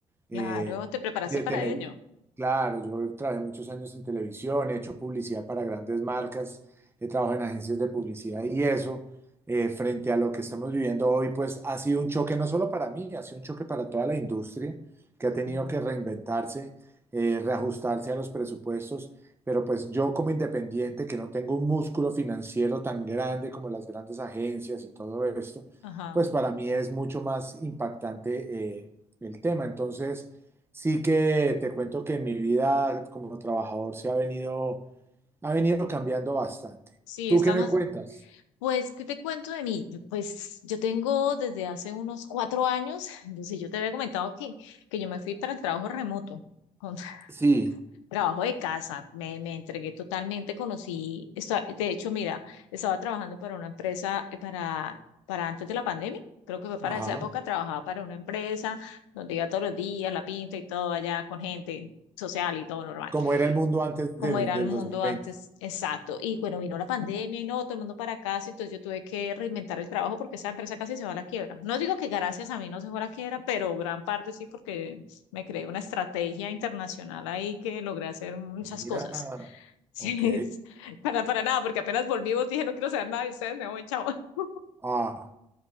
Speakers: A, on the right (about 15°); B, on the left (about 85°).
A: eh,
B: Claro, te preparaste
A: de
B: para
A: televisión.
B: ello.
A: Claro, yo trabajé muchos años en televisión, he hecho publicidad para grandes marcas, he trabajado en agencias de publicidad y eso, eh, frente a lo que estamos viviendo hoy, pues ha sido un choque no solo para mí, ha sido un choque para toda la industria que
B: Sí.
A: ha tenido que reinventarse, eh, reajustarse a los presupuestos pero pues yo como independiente, que no tengo un músculo financiero tan grande como las grandes agencias y todo esto,
B: Ajá.
A: pues para mí es mucho más impactante eh, el tema. Entonces, sí que te cuento que en mi vida como trabajador se ha venido, ha venido cambiando bastante.
B: Sí,
A: ¿Tú
B: estamos
A: qué me cuentas?
B: Pues, ¿qué te cuento de mí? Yo, Pues yo tengo desde hace unos cuatro años, <laughs> no sé, yo te había comentado que, que yo me fui para el trabajo remoto, con <laughs>
A: Sí,
B: trabajo de casa, me, me entregué totalmente, conocí, esta- de hecho, mira, estaba trabajando para una empresa, eh, para, para antes de la pandemia, creo que fue para
A: Ajá.
B: esa época, trabajaba para una empresa donde iba todos los días, la pinta y todo allá con gente social y todo normal
A: ¿Cómo era el mundo antes
B: como
A: del,
B: era
A: del
B: el mundo
A: dos mil veinte
B: antes, exacto. Y bueno, vino la pandemia y no, todo el mundo para casa, entonces yo tuve que reinventar el trabajo porque esa empresa casi se va a la quiebra. No digo que gracias a mí no se fue a la quiebra, pero gran parte sí porque me creé una estrategia internacional ahí que logré hacer muchas
A: Mira,
B: cosas. <laughs> Sí,
A: ok.
B: es- para, para nada, porque apenas volvimos dije, no quiero saber nada de ustedes, me voy, chao. <laughs>
A: Ah,